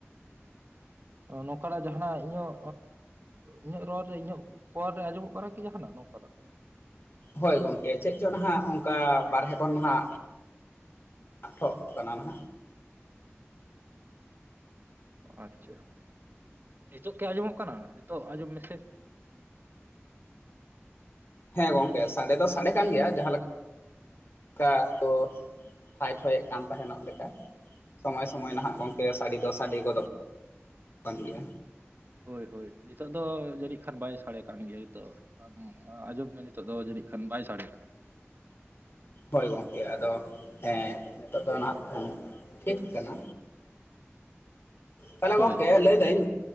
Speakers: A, on the right; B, on the left.
A: ᱱᱚᱝᱠᱟᱱᱟᱜ ᱡᱟᱸᱦᱟᱱᱟᱜ ᱤᱧᱟᱹᱜ, ᱤᱧᱟᱹᱜ ᱨᱚᱲ ᱨᱮ ᱤᱧᱟᱹᱜ ᱠᱚᱞ ᱨᱮ ᱟᱸᱡᱚᱢᱚᱜ ᱠᱟᱱᱟ ᱠᱤ ᱡᱟᱸᱦᱟᱱᱟᱜ ᱱᱚᱝᱠᱟᱱᱟᱜ,
B: ᱦᱳᱭ ᱜᱚᱝᱠᱮ ᱪᱮᱫ ᱪᱚᱝ ᱱᱟᱦᱟᱜ ᱚᱱᱠᱟ ᱵᱟᱨᱦᱮ ᱠᱷᱚᱱ ᱦᱟᱜ, ᱟᱴᱷᱚᱜ ᱠᱟᱱᱟ ᱱᱟᱜ,
A: ᱟᱪᱪᱷᱟ, ᱱᱤᱛᱚᱜ ᱠᱤ ᱟᱸᱡᱚᱢᱚᱜ ᱠᱟᱱᱟ, ᱱᱤᱛᱚᱜ ᱟᱸᱡᱚᱢ ᱢᱮᱥᱮ,
B: ᱦᱮᱸ ᱜᱚᱝᱠᱮ ᱥᱟᱰᱮ ᱫᱚ ᱥᱟᱰᱮ ᱠᱟᱱ ᱜᱮᱭᱟ ᱡᱟᱸᱦᱟ ᱞᱮᱠᱟ, ᱚᱱᱠᱟ ᱠᱚ ᱯᱷᱟᱭ ᱯᱷᱚᱭᱮ ᱠᱟᱱ ᱛᱟᱸᱦᱮᱱᱚᱜ ᱞᱮᱠᱟ ᱥᱚᱢᱚᱭ ᱥᱚᱢᱚᱭ ᱱᱟᱦᱟᱜ ᱜᱚᱝᱠᱮ, ᱥᱟᱲᱮ ᱫᱚ ᱥᱟᱲᱮ ᱜᱚᱫᱚᱜ ᱠᱟᱱ ᱜᱮᱭᱟ,
A: ᱦᱳᱭ ᱦᱳᱭ ᱱᱤᱛᱚᱜ ᱫᱚ ᱡᱟᱹᱱᱤᱡ ᱠᱷᱟᱱ ᱵᱟᱭ ᱥᱟᱰᱮ ᱠᱟᱱ ᱜᱮᱭᱟ ᱱᱤᱛᱚᱜ, ᱟᱢ ᱟᱸᱡᱚᱢ ᱢᱮ ᱱᱤᱛᱚᱜ ᱫᱚ ᱡᱟᱹᱱᱤᱡ ᱠᱷᱟᱱ ᱵᱟᱭ ᱥᱟᱰᱮ ᱠᱟᱱ᱾
B: ᱦᱳᱭ ᱜᱚᱝᱠᱮ ᱟᱫᱚ ᱦᱮᱸ ᱱᱤᱛᱚᱜ ᱫᱚ ᱱᱟᱦᱟᱜ ᱴᱷᱤᱠ ᱠᱟᱱᱟ᱾ ᱛᱟᱸᱦᱚᱞᱮ
A: ᱦᱳᱭ
B: ᱜᱚᱝᱠᱮ ᱞᱟᱹᱭᱫᱟᱹᱧ